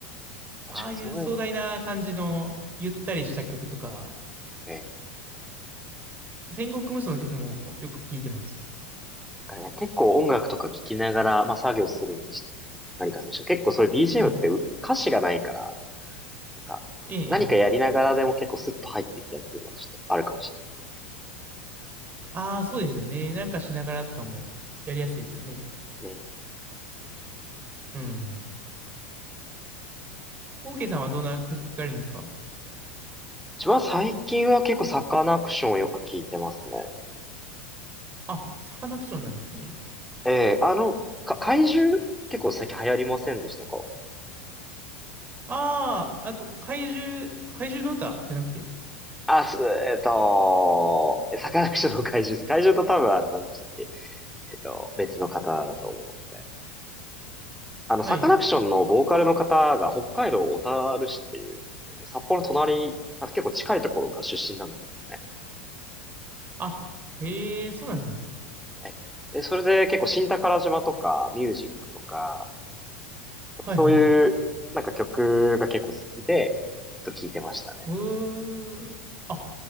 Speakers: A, in the centre; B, on the right.
A: 確かにそういうのも。
B: ああいう壮大な感じの、ゆったりした曲とか、
A: ええ
B: 戦国無双の曲もよく聞いてます。
A: だからね、結構音楽とか聞きながら、まあ作業するにしても、何かするにしても、結構そういう BGM
B: はい。
A: ってう歌詞がないから、なんか、
B: ええ、ええ。
A: 何かやりながらでも結構スッと入ってきやすいのはちょっとあるかもし
B: ああ、そうですよね。なんかしながらとかもやりやすいですよね。
A: れない。ええ。
B: うん。オーケーさんはどんな曲聞かれるんですか
A: 一番最近は結構サカナクションをよく聞いてますね。
B: あ、サカナクションなんですね。
A: ええ、あの、か、怪獣結構最近流行りませんでしたか
B: ああ、あと、怪獣、怪獣の歌じゃなくて。
A: あ、す、えっと、サカナクションの怪獣です。怪獣と多分あの、なんでしたっけえっと、別の方だと思う。あの、
B: はい。
A: サカナクションのボーカルの方が北海道小樽市っていう、札幌の隣、あ結構近いところが出身なんですよね。
B: あ、へえ、そうなんですね。
A: はい。で、それで結構新宝島とかミュージックとか、
B: はいはい。
A: やっぱそういうなんか曲が結構好きで、ちょっと聴いてましたね。
B: うー。あ、